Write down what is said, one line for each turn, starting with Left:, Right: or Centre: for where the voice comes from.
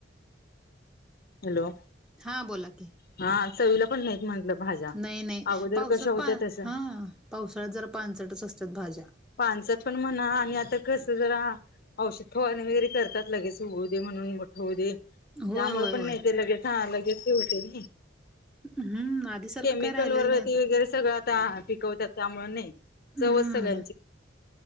Left: हॅलो
Centre: हा बोला की
Left: हा चवीला पण नाहीत म्हटलं भाज्या.
Centre: नाही नाही
Left: अगोदर
Centre: पावसात
Left: कशा होत्या
Centre: पा
Left: तसं
Centre: हा पावसाळ्यात ज पांचट च असतात भाज्या
Left: पांचट पण म्हणा आणि आता कस जरा औषध थोणे वगैरे करतात लगेच उद म्हणून हो दे
Centre: होय
Left: त्यामुळे
Centre: होय
Left: पण
Centre: होय
Left: नाही ते लगेच लगेच होते ना
Centre: हम्म आधीसारखं
Left: केमिकल
Centre: काय राहिलेलं
Left: वरती
Centre: नाही आता
Left: वगैरे सगळं आता पिकवतात त्यामुळे नाही
Centre: हम्म
Left: चवच सगळ